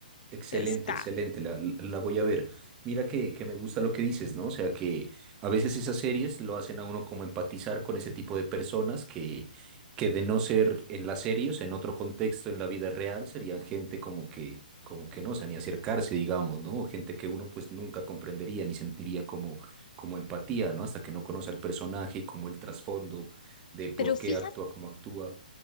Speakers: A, on the right (about 15°); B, on the left (about 55°).
A: Excelente,
B: Está.
A: excelente, la, la- voy a ver. Mira que, que me gusta lo que dices, ¿no? O sea, que a veces esas series lo hacen a uno como empatizar con ese tipo de personas que, que de no ser en las series, en otro contexto, en la vida real, serían gente como que, como que no, o sea, ni acercarse, digamos, ¿no? O gente que uno pues nunca comprendería ni sentiría como, como empatía, ¿no? Hasta que no conoce al personaje y como el trasfondo de por
B: Pero
A: qué
B: fíjate,
A: actúa como actúa.